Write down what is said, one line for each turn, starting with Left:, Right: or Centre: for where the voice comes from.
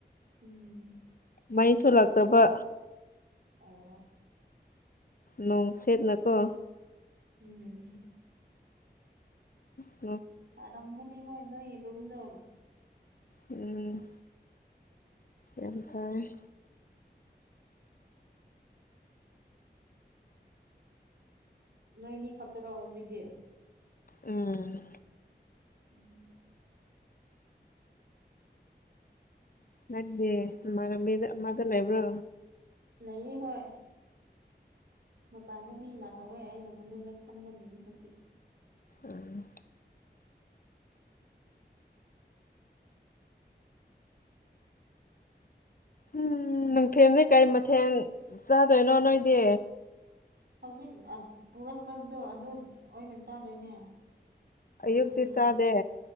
Right: ꯎꯝ
Left: ꯃꯩꯁꯨ ꯂꯥꯛꯇꯕ
Right: ꯑꯣ
Left: ꯅꯣꯡ ꯁꯦꯠꯅꯀꯣ
Right: ꯎꯝ
Left: ꯎꯝ
Right: ꯁꯔꯝꯒꯅꯤ ꯍꯣꯏ ꯅꯣꯏ ꯔꯨꯝꯗꯣ
Left: ꯎꯝ ꯌꯥꯝ ꯁꯥꯏꯌꯦ
Right: ꯅꯣꯏꯅꯤ ꯈꯇꯔꯣ ꯍꯧꯖꯤꯛꯗꯤ
Left: ꯎꯝ
Right: ꯎꯝ
Left: ꯅꯪꯗꯤ ꯏꯃꯥꯅꯕꯤ ꯑꯃꯗꯣ ꯂꯩꯕ꯭ꯔꯣ
Right: ꯂꯩꯌꯦ ꯍꯣꯏ ꯃꯄꯥꯟꯗ ꯃꯤ ꯂꯥꯛꯍꯧꯋꯦ ꯑꯩꯅ ꯃꯅꯨꯡꯗ ꯐꯝꯃꯅꯤ ꯍꯧꯖꯤꯛ
Left: ꯎꯝ ꯎꯝ ꯅꯨꯡꯊꯦꯝꯗꯤ ꯀꯩ ꯃꯊꯦꯜ ꯆꯥꯗꯣꯏꯅꯣ ꯅꯣꯏꯗꯤ
Right: ꯍꯧꯖꯤꯛ ꯄꯨꯔꯛꯄꯗꯣ ꯑꯗꯨ ꯑꯣꯏꯅ ꯆꯥꯗꯣꯏꯅꯦ
Left: ꯑꯌꯨꯛꯇꯤ
Right: ꯍꯧꯖꯤꯛ
Left: ꯆꯥꯗꯦ